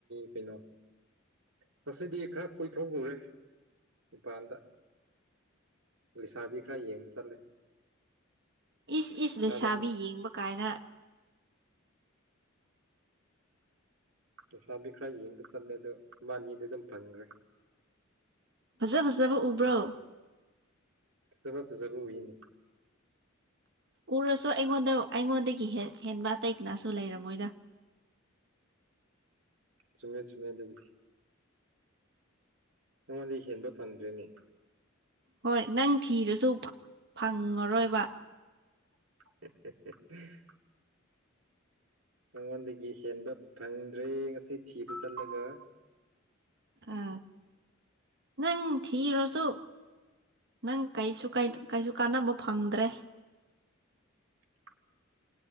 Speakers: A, on the right; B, on the right.
A: ꯄꯅꯣ ꯉꯗꯤ ꯈꯔ ꯀꯣꯏꯊꯣꯛꯎꯨꯔꯦ ꯃꯄꯥꯟꯗ ꯂꯩꯁꯥꯕꯤ ꯈꯔ ꯌꯦꯡꯕ ꯆꯠꯂꯦ
B: ꯏꯁ ꯏꯁ ꯂꯩꯁꯥꯕꯤ
A: ꯇꯥꯕ꯭ꯔꯣ
B: ꯌꯦꯡꯕ ꯀꯥꯏꯅ
A: ꯄꯩꯁꯥꯕꯤ ꯈꯔ ꯌꯦꯡꯕ ꯆꯠꯂꯦ ꯑꯗꯣ ꯃꯥꯅꯤꯗꯤ ꯑꯗꯨꯝ ꯐꯪꯈ꯭ꯔꯦ
B: ꯐꯖ ꯐꯖꯕ ꯎꯕ꯭ꯔꯣ
A: ꯐꯖꯕ ꯐꯖꯕ ꯎꯏꯅꯦ
B: ꯎꯔꯁꯨ ꯑꯩꯉꯣꯟꯗ ꯑꯩꯉꯣꯟꯗꯒꯤ ꯍꯦꯟꯕ ꯑꯇꯩ ꯀꯅꯥꯁꯨ ꯂꯩꯔꯝꯃꯣꯏꯗ
A: ꯆꯃꯤ ꯆꯨꯝꯃꯦꯥꯏ ꯑꯗꯨꯧ ꯅꯉꯣꯟꯗꯤ ꯍꯦꯟꯕ ꯐꯪꯗ꯭ꯔꯤꯅꯦ
B: ꯍꯣꯏ ꯅꯪ ꯊꯤꯔꯁꯨ ꯐꯪꯉꯔꯣꯏꯕ
A: ꯍ ꯃꯉꯣꯟꯗꯒꯤ ꯍꯦꯟꯕ ꯐꯪꯗ꯭ꯔꯦ ꯉꯁꯤ ꯊꯤꯕ ꯆꯠꯂꯒ
B: ꯑ ꯅꯪ ꯊꯤꯔꯁꯨꯣ ꯅꯪ ꯀ ꯀꯩꯁꯨ ꯀꯥꯟꯅꯕ ꯐꯪꯗ꯭ꯔꯦ
A: <inaudible>